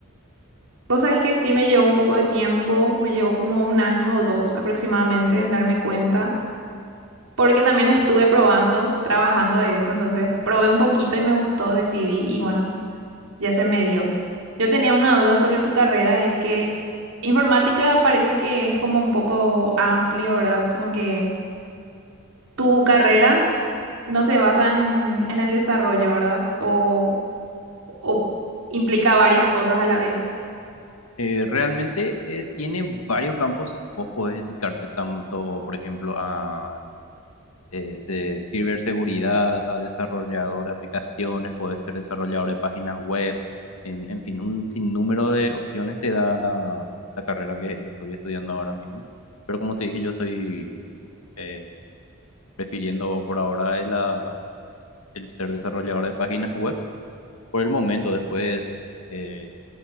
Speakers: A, on the right; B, on the left.
A: Vos sabés que sí me llevó un poco de tiempo, me llevó como un año o dos aproximadamente en darme cuenta, porque también estuve probando, trabajando de eso, entonces probé un poquito y me gustó, decidí y bueno. Ya se me dio. Yo tenía una duda sobre tu carrera y es que informática parece que es como un poco amplio, ¿verdad? Como que tu carrera no se basa en, en el desarrollo, ¿verdad? O, o implica varias cosas a la vez.
B: Eh, realmente eh, tiene varios campos. Vos podés dedicarte tanto, por ejemplo, a eh, se- ciberseguridad, a desarrollador de aplicaciones, puede ser desarrollador de páginas web, en, en fin, un sinnúmero de opciones te da la, la carrera que estoy estudiando ahora mismo. Pero como te dije, yo estoy eh, prefiriendo por ahora el, ah, el ser desarrollador de páginas web por el momento. Después, eh,